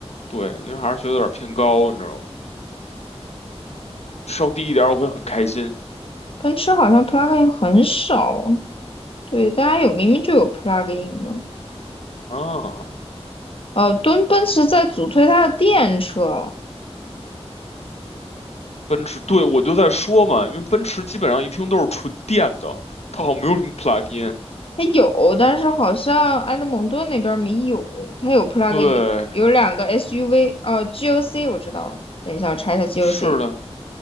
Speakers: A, on the left; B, on the left.
A: 对，因为还是觉得有点儿偏高，你知道吗？稍低一点儿我会很开心。
B: 奔驰好像 plug-in 很少哦，对，大家有明明就有 plug-in 的。
A: 啊。
B: 哦，敦奔驰在主推它的电车，
A: 奔驰，对，我就在说嘛，因为奔驰基本上一听都是纯电的，它好像没有什么 plug-in。
B: 它有，但是好像埃德蒙顿那边儿没有，它有 plug-in，
A: 对，
B: 有两个 SUV，哦 g o c 我知道了，等一下我查一下 GOC，GOC
A: 是的，